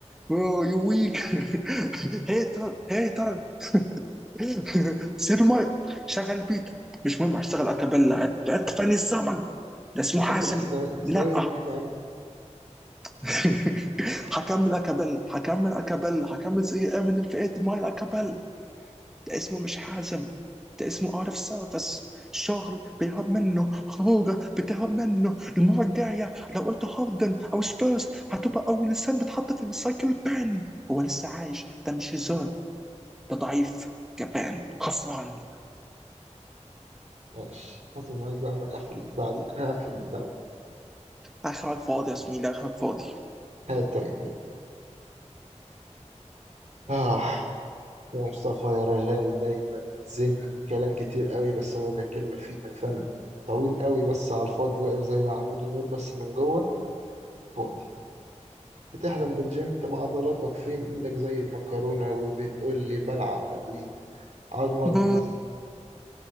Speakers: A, in the centre; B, on the right.
A: واو يو ويك <laughs> هيتر هيتر <laughs> سيف المايك شغل بيت مش مهم هشتغل اكابيلا عد- ادفن الزمن ده اسمه
B: نقفل
A: حازم
B: إسلام- إسلامي
A: لا
B: في البيت يا عم
A: <laughs> هكمل اكابيلا هكمل اكابيلا هكمل زي امينيم في 8 مايل اكابيلا ده اسمه مش حازم ده اسمه اوت اوف سيرفيس شغل بيهرب منه خروجه بتهرب منه المره الجايه لو قلت هاردن او سبيرز هتبقى اول انسان بتحط في الريسايكل بان هو لسه عايش ده مش هزار ده ضعيف جبان خسران
B: ماشي حط المايك بقى أما نقفل البتاع دي أنا هقفل البتاع ده
A: اخرك فاضي يا زميلي اخرك فاضي
B: هات تاني آه يا مصطفى يا رغاي دايما بتزن كلام كتير قوي بس ولا كلمة فيها فن طويل قوي بس على الفاضي واقف زي عمود النور بس من جوه فاضي بتحلم بالجيم طب عضلاتك فين ايدك زي المكرونة وبتقول لي بلعب تمرين عظمك
A: بو
B: بيز